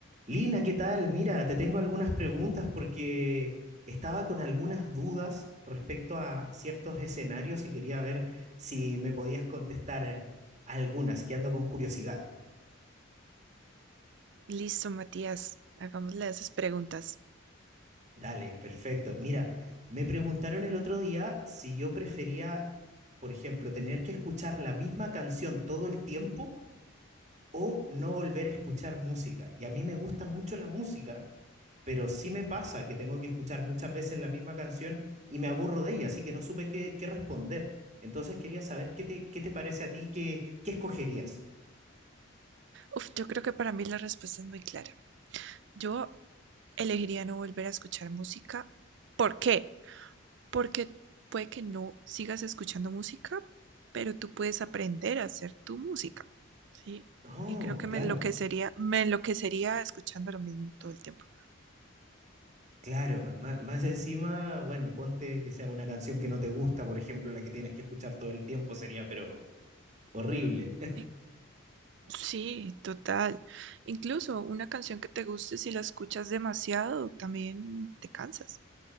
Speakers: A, on the right; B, on the right.
A: Lina, ¿qué tal? Mira, te tengo algunas preguntas porque estaba con algunas dudas respecto a ciertos escenarios y quería ver si me podías contestar eh, algunas, que ando con curiosidad.
B: Listo, Matías. Hagámosle esas preguntas.
A: Dale, perfecto. Mira, me preguntaron el otro día si yo prefería, por ejemplo, tener que escuchar la misma canción todo el tiempo o no volver a escuchar música. Y a mí me gusta mucho la música pero sí me pasa que tengo que escuchar muchas veces la misma canción y me aburro de ella, así que no supe qué, qué responder. Entonces quería saber qué te, qué te parece a ti, qué, qué escogerías.
B: Uf, yo creo que para mí la respuesta es muy clara. Yo elegiría no volver a escuchar música. ¿Por qué? Porque puede que no sigas escuchando música, pero tú puedes aprender a hacer tu música. ¿Sí?
A: Oh,
B: Y creo que me
A: claro,
B: enloquecería, me enloquecería escuchando lo mismo todo el tiempo.
A: claro. Má- más encima, bueno, ponte que sea una canción que no te gusta, por ejemplo, la que tienes que escuchar todo el tiempo sería, pero horrible.
B: Eh, Sí, total. Incluso una canción que te guste, si la escuchas demasiado, también te cansas.